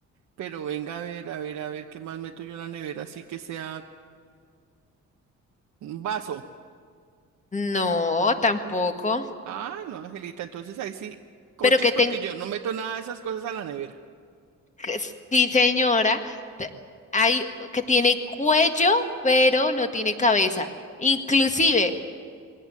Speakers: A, on the right (about 80°); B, on the left (about 25°).
A: pero venga a ver, a ver, a ver qué más meto yo en la nevera, así que sea un vaso.
B: No, tampoco.
A: Ay, no, Angelita, entonces ahí sí, cochis,
B: Pero que
A: porque
B: ten...
A: yo no meto nada de esas cosas a la nevera.
B: que Sí, señora. te- Hay que tiene cuello, pero no tiene cabeza. Inclusive,